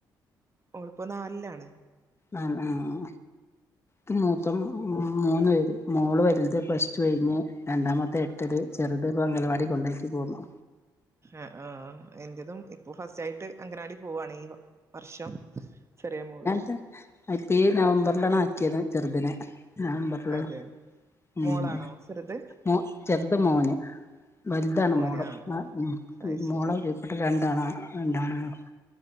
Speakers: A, on the right (about 25°); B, on the left (about 25°).
A: ഓള് പ്പൊ നാല് ലാണ്
B: ആഹ് ആഹ് ക്ക് മൂത്ത മൂന്ന് പേര് മോള് വെൽത് പ്ലസ് റ്റു കഴിഞ്ഞ് രണ്ടാമത്തെ എട്ടില് ചെറുത് ഇപ്പൊ അംഗലവാടി കൊണ്ടാക്കി പോന്നു
A: ആഹ് ആഹ് എന്റതും ഇപ്പൊ ഫസ്റ്റ് ആയിട്ട് അങ്കനാടി പോവാണ് ഈ വർഷം ചെറിയ മോള്
B: തെ അപ്പ ഈ നവംബറിലാണ് ആക്കിയത് ചെറ്ദിനെ നവംബർല്
A: അതെ
B: ഉം
A: മോളാണോ ചെറുത്
B: മോ ചെറ്ത് മോന് വൽതാണ്
A: മോന്
B: മോള്
A: ആഹ്
B: എ ഉം
A: അത് ശരി
B: മോളെ കീ പട്ട് രണ്ടാണാ രണ്ടാണ്ങ്ങളും